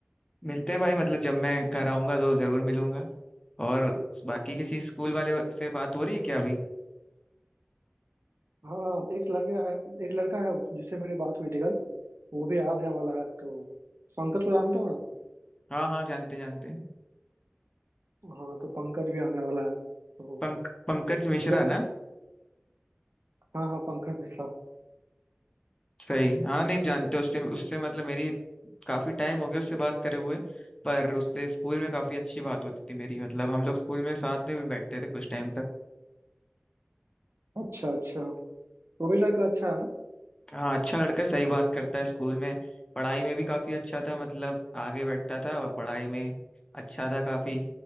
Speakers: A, on the left; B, on the right.
A: मिलते हैं भाई मतलब जब मैं घर आऊंगा तो जरूर मिलूंगा और बाकी किसी स्कूल वाले से बात हो रही है क्या अभी
B: हाँ एक लड़का है एक लड़का है जिससे मेरी बात हुई थी कल वो भी आने वाला है तो पंकज को जानते हो ना
A: हाँ हाँ जानते जानते हैं।
B: हाँ तो पंकज भी आने वाला है तो
A: पंक, पंकज मिश्रा
B: मिलेंगे
A: ना
B: हाँ हाँ पंकज मिश्रा
A: सही हाँ नहीं जानते उससे उससे मतलब मेरी काफी टाइम हो गया उससे बात करे हुए पर उससे स्कूल में काफी अच्छी बात होती थी मेरी मतलब हम लोग स्कूल में साथ में भी बैठते थे कुछ टाइम तक
B: अच्छा अच्छा वो भी लड़का अच्छा है ना
A: हाँ अच्छा लड़का है, सही बात करता है स्कूल में पढ़ाई में भी काफी अच्छा था मतलब आगे बैठता था और पढ़ाई में अच्छा था काफी